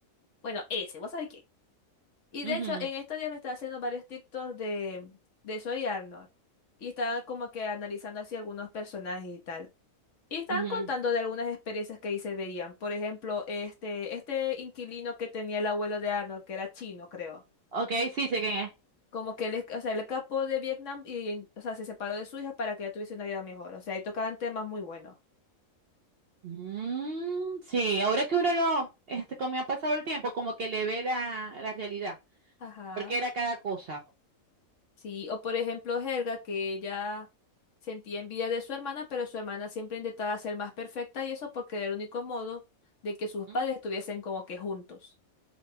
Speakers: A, on the left; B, on the right.
A: Bueno, ese, ¿vos sabés quién? Y
B: Ujú,
A: de hecho, en estos días me estaba haciendo varios TikToks de, de Soy Arnold. Y estaba como que analizando así algunos personajes y tal. Y estaban
B: ujú.
A: contando de algunas experiencias que ahí se veían. Por ejemplo, este, este inquilino que tenía el abuelo de Arnold, que era chino, creo.
B: Ok, sí, sé quién es.
A: Como que él, es- o sea, él escapó de Vietnam y, o sea, se separó de su hija para que ella tuviese una vida mejor. O sea, ahí tocaban temas muy buenos.
B: Mm, sí, ahora que uno lo, este, como ha pasado el tiempo, como que le ve la, la realidad,
A: Ajá.
B: porque era cada cosa.
A: Sí, o por ejemplo, Helga, que ella sentía envidia de su hermana, pero su hermana siempre intentaba ser más perfecta y eso porque era el único modo de que sus
B: ¿Mm?
A: padres estuviesen como que juntos.